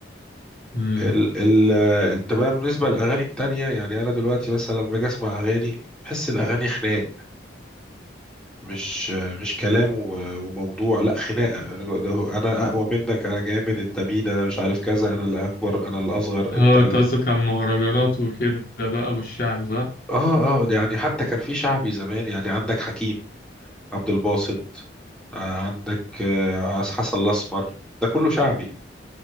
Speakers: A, on the left; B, in the centre.
A: امم
B: ال ال آه، انت بقى بالنسبه للاغاني التانية يعني انا دلوقتي مثلا لما باجي اسمع اغاني بحس الاغاني خناق مش آه، مش كلام و- وموضوع لا خناقه انا ده- انا اقوى منك انا جامد انت مين انا مش عارف كذا انا اللي اكبر انا اللي اصغر
A: اه
B: انت ال...
A: انت قصدك على المهرجانات وكده بقى والشعب صح؟
B: اه اه ده يعني حتى كان في شعبي زمان يعني عندك حكيم عبد الباسط آه، عندك آه، حسن الاسمر ده كله شعبي